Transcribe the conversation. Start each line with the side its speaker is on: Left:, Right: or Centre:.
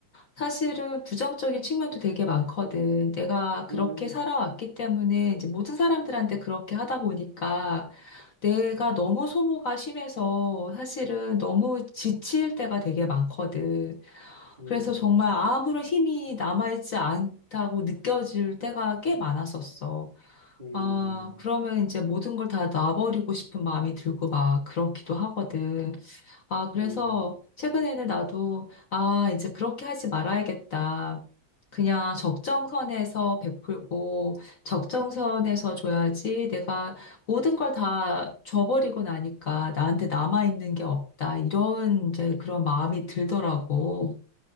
Left: 사실은 부정적인 측면도 되게 많거든. 내가 그렇게
Right: 음,
Left: 살아왔기 때문에 이제 모든 사람들한테 그렇게 하다 보니까 내가 너무 소모가 심해서 사실은 너무 지칠 때가 되게 많거든.
Right: 음,
Left: 그래서 정말 아무런 힘이 남아있지 않다고 느껴질 때가 꽤 많았었어.
Right: 음,
Left: 아, 그러면 이제 모든 걸 다 놔버리고 싶은 마음이 들고 막 그렇기도 하거든. 아, 그래서
Right: 음.
Left: 최근에는 나도, 아, 이제 그렇게 하지 말아야겠다. 그냥 적정선에서 베풀고 적정선에서 줘야지 내가 모든 걸 다 줘버리고 나니까 나한테 남아있는 게 없다. 이런 이제 그런 마음이 들더라고.